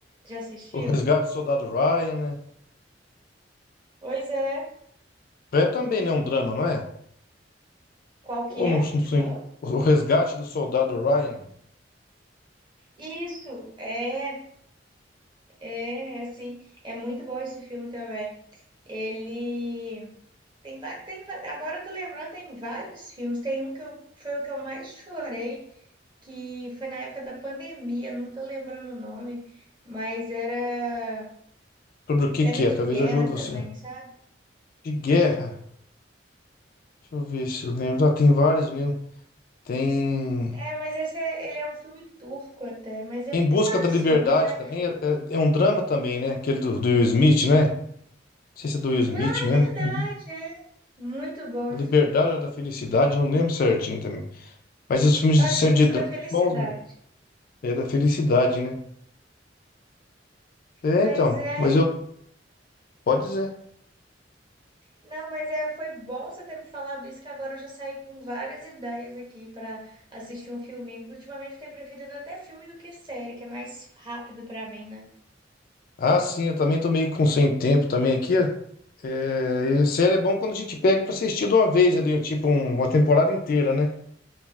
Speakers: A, on the right; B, on the left.
A: já assistiu?
B: o Resgate do Soldado Ryan, né?
A: Pois é,
B: É também, né? Um drama, não é?
A: qual
B: Ou
A: que
B: não,
A: é?
B: não
A: que
B: sei.
A: você falou?
B: O Resgate do Soldado Ryan.
A: Isso, é, é, é, sim, é muito bom esse filme também. Ele Tem, va- tem, va- agora eu tô lembrando, tem vários filmes. Tem um que eu, foi o que eu mais chorei, que foi na época da pandemia, não tô lembrando o nome, mas era,
B: Sobre o que
A: era
B: que
A: de
B: é? Talvez
A: guerra
B: eu ajude
A: também,
B: você.
A: sabe?
B: De guerra. Deixa eu ver se eu lembro. Ah, tem vários mesmo. Tem.
A: É, mas esse é, ele é um filme turco até, mas é-
B: Em Busca
A: tem vários
B: da Liberdade
A: filmes, é.
B: também é, é- é um drama também, né? Aquele do, do Will Smith, né? Não sei se é do Will Smith
A: Na
B: mesmo.
A: verdade,
B: Uhum.
A: é muito bom
B: A
A: esse
B: Liberdade
A: filme.
B: ou da Felicidade, eu não lembro certinho também. Mas os filmes
A: Eu
B: de
A: acho
B: sempre
A: que é Em Busca
B: de drama
A: da Felicidade.
B: são bons, mesmo. É da felicidade, né? É,
A: Mas
B: então,
A: é,
B: mas eu pode dizer.
A: Não, mas é, foi bom você ter me falado isso, que agora eu já saí com várias ideias aqui para assistir um filminho. que Ultimamente eu tenho preferido até filme do que série, que é mais rápido para mim, né?
B: Ah, sim, eu também tô meio com sem tempo também aqui. ó. É, e série é bom quando a gente pega pra assistir de uma vez ali, tipo um- uma temporada inteira, né?